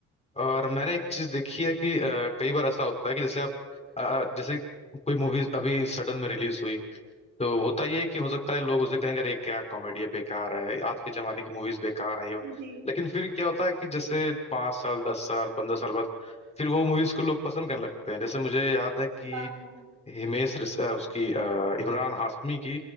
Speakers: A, on the left (about 20°); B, on the right (about 85°).
A: और मैंने एक चीज देखी है कि अ, कई बार ऐसा होता है कि जैसे आप अ, जैसे कोई मूवी अभी सडन में रिलीज हुई तो होता ये है कि हो सकता है लोग उसे कहेंगे अरे क्या कॉमेडी है बेकार है आज के जमाने की मूवीज बेकार है ये वो।"
B: जी
A: लेकिन फिर क्या होता है कि जैसे पाँच साल दस साल पंद्रह साल बाद फिर वो मूवीज को लोग पसंद करने लगते हैं जैसे मुझे याद है कि
B: हाँ हाँ
A: हिमेश रेश- अ, उसकी अ, इमरान हाशमी की